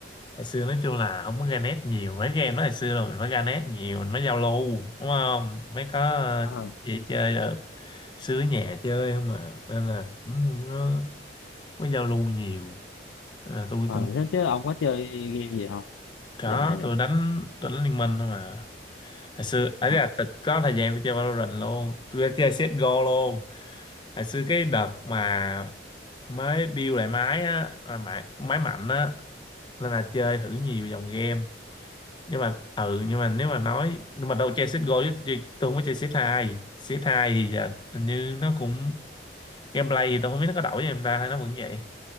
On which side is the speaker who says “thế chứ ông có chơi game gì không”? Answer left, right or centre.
Left